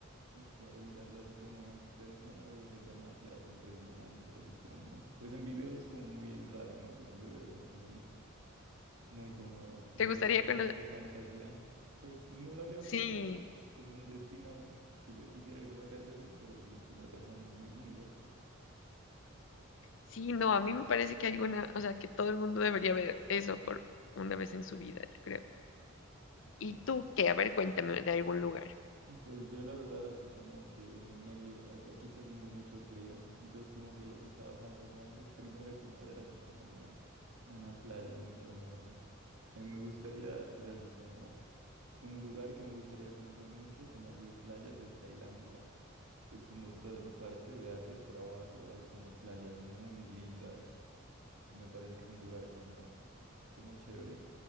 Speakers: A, on the right; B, on the left.
A: Uf, claro, mirarlo así como en persona debe ser demasiado impresionante, así como, pues en videos es como muy raro, ¿no? Como se ve, o sea, muy, muy como soñado,
B: ¿Te gustaría conocer?
A: como de fantasía. Pues no lo había
B: Sí,
A: pensado como un destino que yo quisiera ir de vacaciones, pero sí, tienes razón, es muy lindo.
B: sí, no, a mí me parece que alguna, o sea, que todo el mundo debería ver eso por una vez en su vida, yo creo.
A: <laughs>
B: ¿Y tú qué? A ver, cuéntame de algún lugar.
A: Pues yo la verdad así como que en medio, ac- aquí está haciendo mucho frío, entonces como que lo que estaba fantaseando primero que nada era así como una, una playa muy hermosa. Eh, me gustaría, o sea, así como un lugar que me gustaría conocer mucho, como así de playas, es Tailandia. Pues como toda esa parte de Asia por abajo hay como playas muy lindas y me parece que es un lugar como, como chévere.